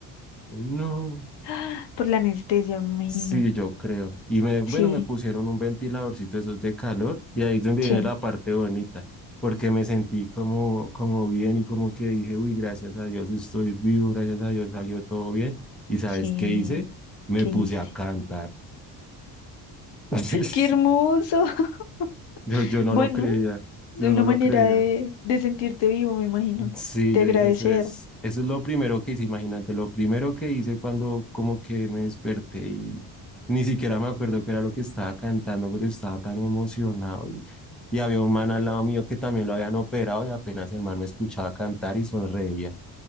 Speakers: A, in the centre; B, on the left.
A: No.
B: ¡Ah! Por la anestesia, me
A: Sí,
B: imagino.
A: yo creo. Y me, bueno,
B: Sí,
A: me pusieron un ventiladorcito de esos de calor y ahí es donde
B: sí,
A: viene la parte bonita, porque me sentí como, como bien y como que dije, uy, gracias a Dios estoy vivo, gracias a Dios salió todo bien. ¿Y sabes
B: sí.
A: qué hice? Me
B: ¿Qué
A: puse
B: hiciste?
A: a cantar. <laughs>
B: ¡Qué hermoso! <laughs>
A: Yo, yo no
B: Bueno,
A: lo creía,
B: de
A: yo no
B: una manera
A: lo creía.
B: de, de sentirte vivo, me imagino.
A: Sí,
B: De
A: yo
B: agradecer.
A: dije, eso es, eso es lo primero que hice, imagínate, lo primero que hice cuando como que me desperté y ni siquiera me acuerdo qué era lo que estaba cantando, pero estaba tan emocionado y, y había un man al lado mío que también lo habían operado y apenas el man me escuchaba cantar y sonreía.